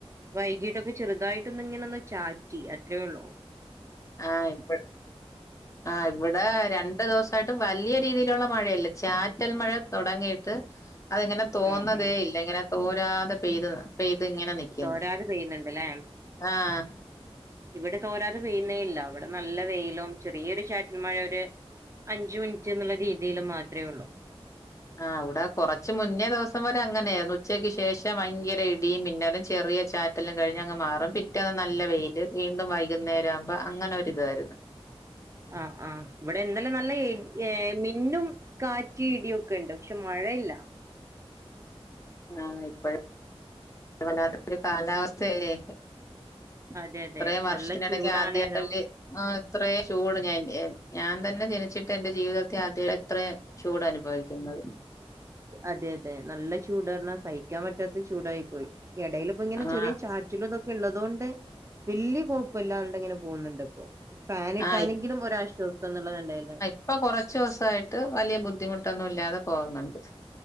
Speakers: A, on the right; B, on the left.
A: വൈകിട്ടൊ ക്കെ ചെറുതായിട്ടൊന്നിങ്ങനൊന്ന് ചാറ്റി അത്രേ ഉള്ളു
B: ആഹ് ഇപ്പ ആഹ് ഇവിടെ രണ്ടു ദിവസായിട്ട് വല്ല്യ രീതിയിലുള്ള മഴയല്ല ചാറ്റൽ മഴ തുടങ്ങിയിട്ട് അതിങ്ങനെ തോന്നതേ
A: ഉം ഉം
B: ഇല്ല ഇങ്ങനെ തോരാതെ പെയ്ത പെയ്തിങ്ങനെ നിക്കുന്നു
A: തോരാതെ പെയ്യുന്നുണ്ട്ല്ലേ
B: ആഹ്
A: ഇവിടെ തോരാതെ പെയ്യുന്നേയില്ല അവിടെ നല്ല വെയിലും ചെറിയൊരു ചാറ്റൽ മഴ ഒര് അഞ്ചു മിനിറ്റ്ന്ന്ള്ള രീതിൽ മാത്രേ ഒള്ളു
B: ആഹ് അവിടെ കുറച്ച് മുന്നേ ദിവസം വരെ അങ്ങനെയാരുന്ന് ഉച്ചയ്ക്ക് ശേഷം ഭയങ്കര ഇടിയും മിന്നലും ചെറിയ ചാ റ്റലും കഴിഞ്ഞ് അങ്ങ് മാറും പിറ്റേന്ന് നല്ല വെയില് വീണ്ടും വൈകുന്നേരം ആവുമ്പോ അങ്ങനെ ഒരുരിതായിരുന്നു <inaudible>
A: ആഹ് ആഹ് ഇവിടെ ഇന്നലെ നല്ല ഇ ഏഹ് മിന്നും കാറ്റ് ഇടിയൊക്കെ ഉണ്ട് പക്ഷേ മഴയില്ല
B: ആഹ് ഇപ്പോഴ് വല്ലാത്ത ഒരു കാലാവസ്ഥയല്ലേ
A: അതെ അതെ
B: ഇത്രയും വർഷത്തിനിടയ്ക്ക്
A: നല്ല ചൂടാണേനോ
B: ആദ്യായിട്ടല്ല ആഹ് ഇത്രേം ചൂട് ഞാൻ ഞാൻ തന്നെ ജനിച്ചിട്ട് എന്റെ ജീവിതത്തി ആദ്യായിട്ടാ ഇത്രം ചൂട് അനുഭവിക്കുന്നത്
A: അതെ അതെ നല്ല ചൂടാർഞ്ഞ സഹിക്കാൻ പറ്റാത്ത ചൂടായി പോയി എടയില് ഇപ്പോ ഇങ്ങനെ
B: ആഹ്
A: ചെറിയ ചാറ്റ ചിലതൊക്കെ ഇള്ളതുകൊണ്ട് വല്ല്യ കൊഴ്പ്പല്ലാണ്ട് ഇങ്ങനെ പോന്നുണ്ട് ഇപ്പോ ഫാനിട്ടാലെങ്കിലും
B: ആഹ്
A: ഒരാശ്വാസെന്നുള്ളത് ലേടെലെ
B: ഇപ്പ കൊറച്ചു ദിവസായിട്ട് വലിയ ബുദ്ധിമുട്ടൊന്നും ഇല്ലാതെ പോകുന്നുണ്ട്